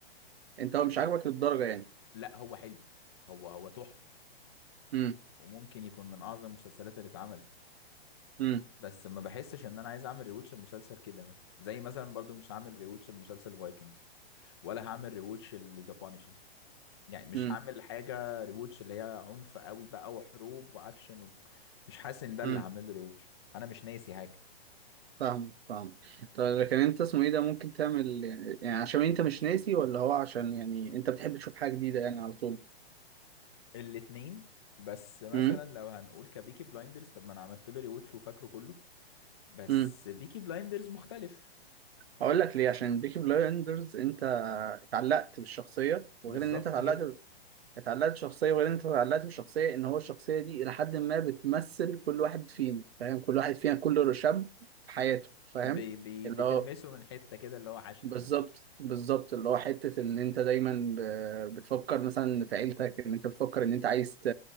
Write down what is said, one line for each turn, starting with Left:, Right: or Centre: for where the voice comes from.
Right: انت هو مش عاجبك للدرجه يعني
Left: لا هو حلو هو هو تحفة
Right: امم
Left: وممكن يكون من اعظم المسلسلات اللي اتعملت
Right: امم
Left: بس ما بحسش ان انا عايز اعمل ريوتش المسلسل كده مثلا زي مثلا برضو مش هعمل ريوتش المسلسل فايكنجز ولا هعمل ريوتش ذا بانشر يعني مش
Right: امم
Left: هعمل حاجة ريوتش اللي هي عنف قوي بقى وحروب واكشن و... مش حاسس ان ده اللي
Right: امم
Left: هعمل له ريوتش انا مش ناسي حاجة
Right: فاهم فاهم طيب لكن انت اسمه ايه ده ممكن تعمل يعني عشان انت مش ناسي ولا هو عشان يعني انت بتحب تشوف حاجه جديده يعني على طول
Left: الاتنين بس مثلا
Right: امم
Left: لو هنقول كبيكي بلايندرز طب ما انا عملت له ريوتش وفاكره كله بس
Right: امم
Left: بيكي بلايندرز مختلف
Right: هقول لك ليه عشان بيكي بلايندرز انت اتعلقت بالشخصيه وغير
Left: بالظبط
Right: ان انت اتعلقت
Left: كده
Right: اتعلقت بالشخصيه وغير ان انت اتعلقت بالشخصيه ان هو الشخصيه دي الى حد ما بتمثل كل واحد فينا فاهم كل واحد فينا كل شاب في حياته فاهم
Left: بي بي
Right: اللي
Left: بتلمسه
Right: هو
Left: من حتة كده اللي هو عاشها
Right: بالظبط
Left: مثلا
Right: بالظبط اللي هو حتة إن أنت دايما ب- بتفكر مثلا في عيلتك إن أنت بتفكر إن أنت عايز ت...